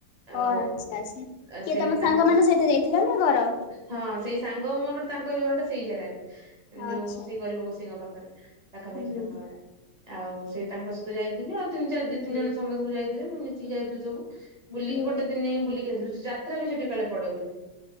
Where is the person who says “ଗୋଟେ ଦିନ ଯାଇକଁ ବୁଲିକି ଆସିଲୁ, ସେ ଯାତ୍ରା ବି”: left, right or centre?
Right